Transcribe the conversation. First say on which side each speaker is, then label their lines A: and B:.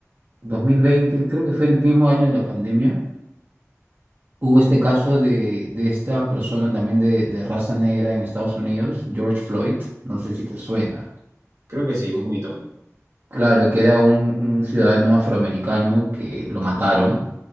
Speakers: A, on the right; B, on the right.
A: 2020, creo que fue en el mismo año de la pandemia, hubo este caso de, de esta persona también de, de raza negra en Estados Unidos, George Floyd, no sé si te suena.
B: Creo que sí, un poquito.
A: Claro, que era un, un ciudadano afroamericano que lo mataron